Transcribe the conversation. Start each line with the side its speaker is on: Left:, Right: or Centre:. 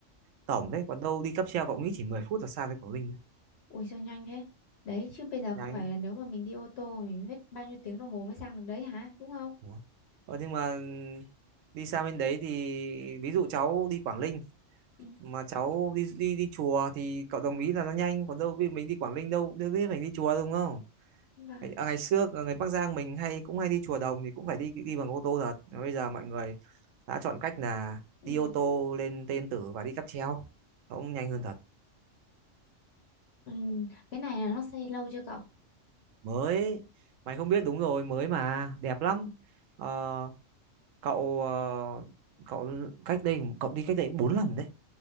Right: tổng đấy còn đâu đi cáp treo cậu nghĩ chỉ 10 phút là sang tới Quảng Ninh
Left: Ui sao nhanh thế? Đấy chứ bây giờ
Right: nhanh
Left: không phải là nếu mà mình đi ô tô mình biết bao nhiêu tiếng đồng hồ mới sang được đấy hả? Đúng không?
Right: Đó. Ờ, nhưng mà đi sang bên đấy thì ví dụ cháu đi Quảng Ninh
Left: Ừ.
Right: mà cháu đi đi đi chùa thì cậu đồng ý là nó nhanh còn đâu ví dụ mình đi Quảng Ninh đâu đâu biết mình đi chùa đúng không
Left: Vâng.
Right: ngày, à, ngày xưa ở người Bắc Giang mình hay cũng hay đi chùa Đồng thì cũng phải đi đi bằng ô tô thật Mà bây giờ mọi người đã chọn cách là
Left: Ừ.
Right: đi ô tô lên Tên Tử và đi cáp treo nó cũng nhanh hơn thật
Left: Ừ. Cái này là nó xây lâu chưa cậu?
Right: mới mày không biết đúng rồi mới mà đẹp lắm Ờ, cậu ờ, cậu cách đây cậu đi cách đây cũng bốn năm đấy